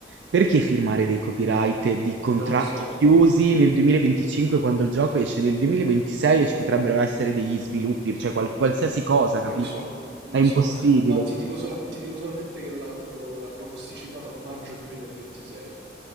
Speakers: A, on the right; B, on the right.
A: perché firmare dei copyright di contratti
B: Non lo so,
A: chiusi nel 2025 quando il gioco esce nel 2026 e ci potrebbero essere degli sviluppi, cioè qual- qualsiasi cosa, capito?
B: non lo so, non
A: È
B: lo
A: impossibile.
B: so, ma ti dico, sola- ti dico solamente che l'hanno l'hanno posticipato a maggio 2026.